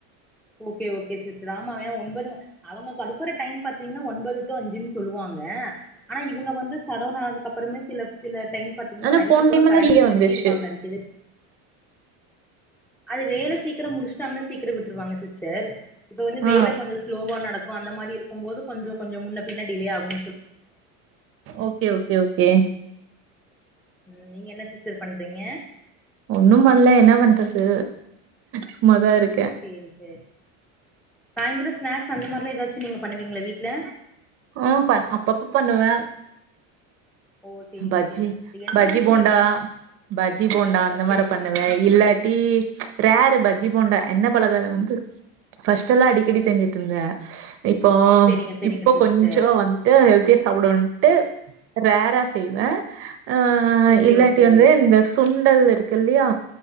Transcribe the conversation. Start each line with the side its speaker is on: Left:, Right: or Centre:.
Centre: ஓகே ஓகே சிஸ்டர் ஆமா ஒம்பது அவுங்க கொடுக்குற டைம் பாத்தீங்கன்னா ஒன்பது டூ அஞ்சுன்னு சொல்லுவாங்க க ஆனா இவுங்க வந்து சடோன் ஆனதுக்கு அப்றமே சில சில டைம் பாத்தீங்கனா
Right: ஆனா
Centre: நைட்டு
Right: போன
Centre: கூட
Right: டைம்லாம்
Centre: கரண்ட்
Right: ஃப்ரீயா
Centre: நிறுத்தீருவாங்க
Right: வந்துருச்சு.
Centre: அதுக்கிது அது வேல சீக்ரோ முடிச்சுட்டாங்கன்னா சீக்ரோ விட்டுருவாங்க சிஸ்டர் இப்ப வந்து
Right: ஆ
Centre: வேல கொஞ்சோ ஸ்லோவா நடக்கூ கும் அந்த மாரி இருக்கும் போது கொஞ்சோ‌ கொஞ்சோ முன்ன பின்ன டிலே ஆகூ
Right: ஓகே ஓகே ஓகே
Centre: ம் நீங்க என்ன சிஸ்டர் பண்றீங்க
Right: ஒன்னு பண்ல என்ன பண்றது சும்மாதா இரு
Centre: சேரி சேரி சாய்ந்தர ஸ்நாக்ஸ் அந்த மாரிலா எதாச்சு நீங்க பண்ணுவீங்களா வீட்ல
Right: ம் பண் அப்பப்ப பண்ணுவே
Centre: ஓ சேரிங்க
Right: பஜ்ஜி
Centre: சேரிங்க சிஸ்டர் என்ன
Right: பஜ்ஜி
Centre: மாரி
Right: போண்டா
Centre: ச
Right: பஜ்ஜி போண்டா அந்த
Centre: ஓகே
Right: மாரி
Centre: ஓகே
Right: பண்ணுவே இல்லாட்டி ரேரு பஜ்ஜி போண்டா என்ன பலகாரம் வந்து ஃபஸ்ட் எல்லா அடிக்கடி செஞ்சுட்டு இருந்தே இப்போ
Centre: ஓ சேரிங்க சேரிங்க
Right: இப்போ
Centre: சிஸ்டர்
Right: கொஞ்சோ வந்துட்டு ஹெல்த்தியா சாப்டுவோன்ட்டு ரேரா செய்வே அ
Centre: ஓகே
Right: இல்லாட்டி
Centre: ஓகே
Right: வந்து இந்த சுண்டல் இருக்கு இல்லயா